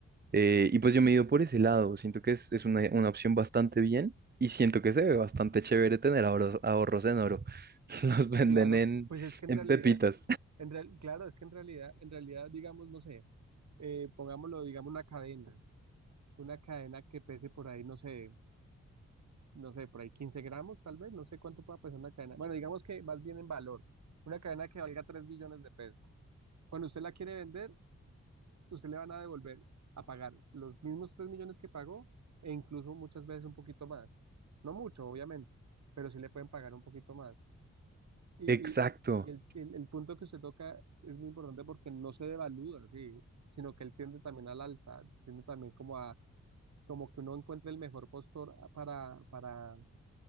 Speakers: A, on the right; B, on the right.
A: Eh, y pues yo me he ido por ese lado, siento que es, es una, una opción bastante bien y siento que se ve bastante chévere tener ahorros, ahorros en oro. <laughs> Los venden
B: claro,
A: en,
B: pues es que en
A: en
B: realidad,
A: pepitas.
B: en real- claro, es que en realidad, en realidad, digamos, no sé, eh, pongámoslo, digamos, una cadena una cadena que pese por ahí, no sé, no sé, por ahí 15 gramos, tal vez, no sé cuánto pueda pesar una cadena. Bueno, digamos que más bien en valor, una cadena que valga 3 millones de pesos. Cuando usted la quiere vender, usted le van a devolver a pagar los mismos 3 millones que pagó e incluso muchas veces un poquito más. No mucho, obviamente, pero sí le pueden pagar un poquito más. Y,
A: <laughs> Exacto.
B: y, y el, el, el punto que usted toca es muy importante porque no se devalúa, sí, sino que él tiende también al alza, tiende también como a, como que uno encuentre el mejor postor para, para